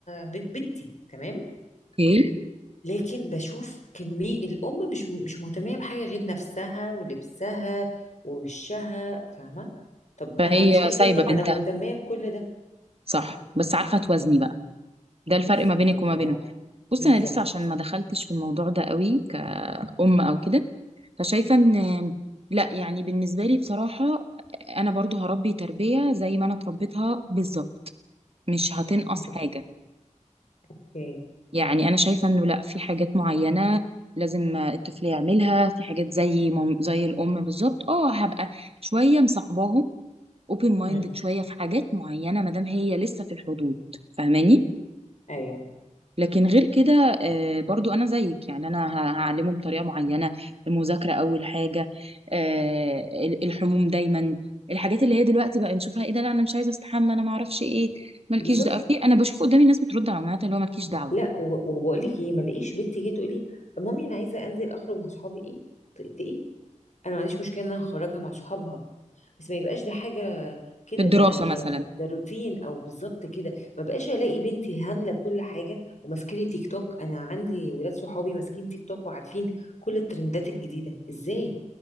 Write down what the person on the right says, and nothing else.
اوكي
فهي
سايبه
بنتها
صح بس عارفه توازني بقى ده الفرق
ما بينك
وما بينهم بص
انا لسه عشان ما دخلتش في الموضوع ده قوي كأم او كده فشايفه ان لا يعني بالنسبه لي بصراحه انا برضو هربي تربيه زي ما انا اتربيتها بالظبط مش هتنقص
حاجه
يعني انا شايفه انه لا في حاجات معينه لازم الطفل يعملها في حاجات زي مام- زي الام بالظبط اه هبقى شويه مصاحباهم اوبن مايندد
شويه في حاجات معينه ما دام هي لسه في الحدود فاهماني
لكن غير كده آه، برضو انا زيك يعني انا ه- هعلمه بطريقه معينه المذاكره اول حاجه آه، ال- الحموم دايما الحاجات اللي هي دلوقتي بقى نشوفها ايه ده لا انا مش عايزه استحمى انا ما اعرفش ايه مالكيش
دعوه في انا بشوف قدامي ناس بترد على امهاتها اللي هو مالكيش دعوه
في الدراسه
مثلا